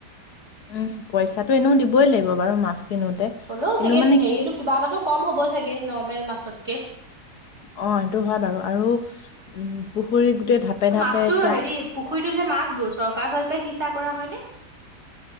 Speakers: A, on the left (about 65°); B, on the right (about 40°).
A: উম পইচাটো এনেও দিবই লাগিব বাৰু মাছ কিনোতে
B: হ'লেও
A: কিন্তু
B: চাগে
A: মানে
B: হেৰিতো
A: কি
B: কিবা এটাটো কম হ'ব। ছাগে নৰ্মেল মাছতকে
A: অ সেইটো হয় বাৰু আৰু উম। পুখুৰী গোটেই ধাপে ধাপে
B: মাছতো
A: এতিয়া
B: হেৰি পুখুৰীতো যে মাছ বোৰ চৰকাৰ ফালে সিঁচা কৰা হয়নে?